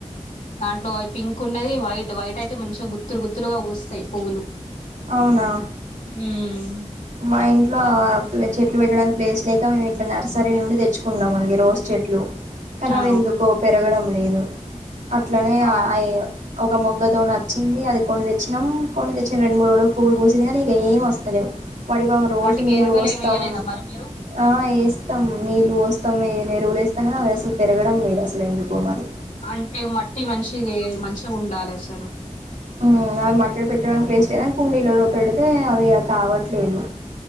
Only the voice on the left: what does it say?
దాంట్లో పింక్ ఉన్నది వైట్ వైట్ అయితే మంచిగా గుత్తులు గుత్తులుగా ఊస్తాయి పూలు
ఉమ్
ఆ
అవును
వాటికి
ఎరువులు
ఏమి వేయలేదా మరి మీరు
అంటే మట్టి మంచిది మంచిగా ఉండాలి అసలు